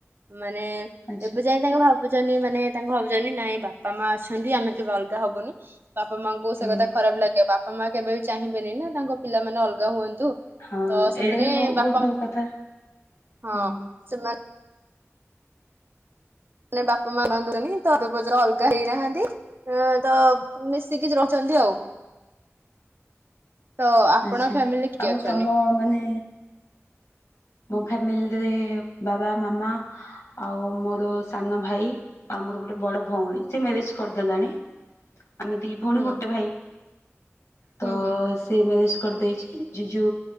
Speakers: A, on the right; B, on the left.
A: ମାନେ
B: ଆଚ୍ଛା
A: ଏବେ ଯାଇ ତାଙ୍କୁ ଭାବୁ ଭାବୁଛନ୍ତି ମାନେ ତାଙ୍କୁ ଭାବୁଛନ୍ତି ନାଇଁ ବାପା ମା ଅଛନ୍ତି ଆମେ କେବେ ଅଲ୍ ହବୁନି। ବାପା ମାଙ୍କୁ
B: ହୁଁ
A: ସେ କଥା ଖରାପ ଲାଗିବ ବାପା ମା କେବେ ବି ଚାହିଁବେନି ନା ତାଙ୍କ ପିଲାମାନେେ ଅଲଗା ହୁଅନ୍ତୁ।
B: ହଁ
A: ତ ସେମାନେ
B: ଏଇଟା ବି ବହୁତ
A: ବାପା
B: ଭଲ କଥା
A: ହଁ
B: ହୁଁ।
A: ସେମାନେ ମାନେ ବାପା ମା ବାନ୍ତୁନି ତ ଏବେପଚ୍ର ଅଲଗା ହେଇନାହାନ୍ତି ତ ମିଶିକି ରହୁଛନ୍ତି ଆଉ। ତ ଆପଣ
B: ଆଛା
A: ଫ୍ୟାମିଲି କିଏ
B: ଆଉ
A: ଅଛନ୍ତି?
B: ତମ ମାନେ ଫ୍ୟାମିଲିରେ ବାବା ମାମା ଆଉ ମୋର ସାନ ଭାଇ ଆଉ ମୋର ଗୋଟେ ବଡ଼ ଭଉଣୀ ସେ ମ୍ୟାରେଜ କରିଦେଲାଣି। ଆମେ ଦି ଭଉଣୀ
A: ହୁଁ
B: ଗୋଟେ ଭାଇ। ତସ୍
A: ହୁଁ ହୁଁ
B: ମ୍ୟାରେଜ କରିଦେଇଛି, ଜିଜୁ